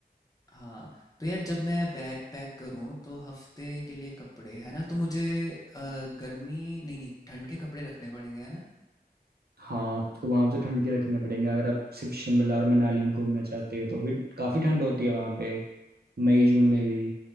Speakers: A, on the left; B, on the right.
A: हाँ तो यार जब मैं बैग पैक करूँ तो हफ्ते के लिए कपड़े है ना तो मुझे अ, गर्मी नहीं नहीं ठंड के कपड़े रखने पड़ेंगे है ना
B: हाँ आपको वहाँ पे तो ठंड के रखने पड़ेंगे अगर आप सिर्फ शिमला और मनाली में घूमना चाहते हो तो फिर काफ़ी ठंड होती है वहाँ पे मई जून में भी